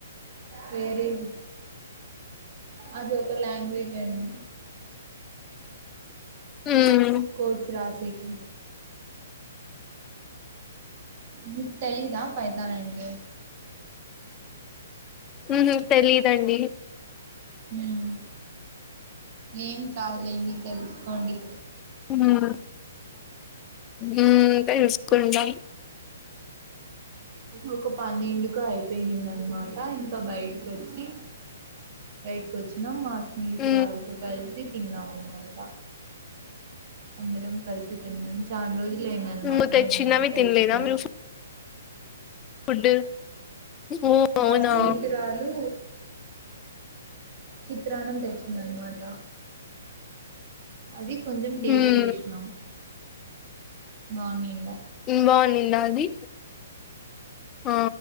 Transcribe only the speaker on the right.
వేరేవి అది ఒక లాంగ్వేజ్ అండి
కోర్స్ రాసేకి మీకు తెలీదా పైథాన్ అంటే
ఉమ్ ఏం కాదు లేండి తెలుసుకోండి
ఒక పన్నెండుకు అయిపోయింది అనమాట ఇంకా బయటకు వచ్చి బయటకు వచ్చినా మా స్నేహితురాలతో
కలిసి తిన్నాం అనమాట అందరం కలిసి తిన్నాం చాలా రోజులు అయింద అనమాట
మేమ అందరం కలిసి
తినిం
మా
స్నేహితురాలు చిత్రాన్నం తెచ్చిందన్నమాట అది కొంచెం టేస్ట్
చేసినాం బాగునిండా